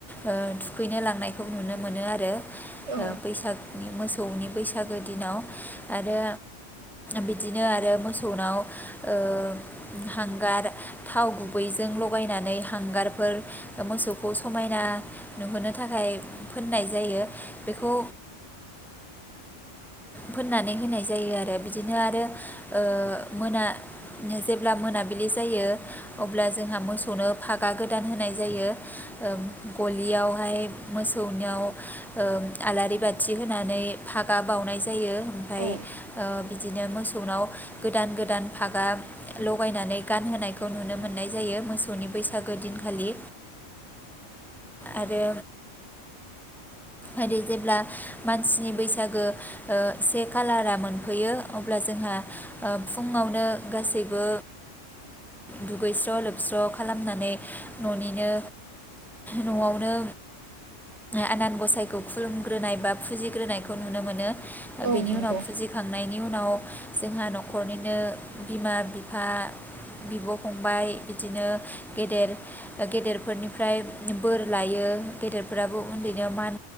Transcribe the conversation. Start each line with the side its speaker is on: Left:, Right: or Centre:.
Centre: ओ थुखैनो लांनायखौ नुनो मोनो आरो।
Right: औ
Centre: ओ बैसागनि मोसौ मोसौनि बैसागो दिनाव आरो बिदिनो आरो मोसौ मोसौनाव ओ हांगार थाव गुबैजों लगायनानै हांगारफोर मोसौखौ समायना नुहोनो थाखाय फोननाय जायो बेखौ हो फोननानै होनाय जायो आरो बिदिनो आरो ओ मोना जेब्ला मोनाबिलि जायो अब्ला जोंहा मोसौनो फागा गोदान होनाय जायो ओ गलियावहाय मोसौनियाव ओ आलारि ओ बाथि होनानै फागा बावउनाय जायो। ओमफाय
Right: औ।
Centre: ओ बिदिनो मोसौनाव गोदान गोदान फागा लगायनानै गानहोनायखौ नुनो मोननाय जायो मोसौनि बैसागो दिनखालि आरो ओरै जेब्ला मानसिनि बैसागो ओ से खालारा मोनफैयो अब्ला जोंहा ओ फुङावनो गासैबो दुगैस्र' लोबस्र' खालामनानै न'निनो न'आवनो आनान गसायखौ खुलुमग्रोनाय बा फुजिग्रोनायखौ नुनो मोनो।
Right: औ
Centre: बेनि
Right: नंगौ
Centre: उनाव फुजिखांनायनि बेनि उनाव जोंहा न'ख न'खरनिनो बिमा बिफा बिब' फंबाय बिदिनो गेदर गेदेरफोरनिफ्राय बोर लायो गेदेरफोराबो उन्दैनो मान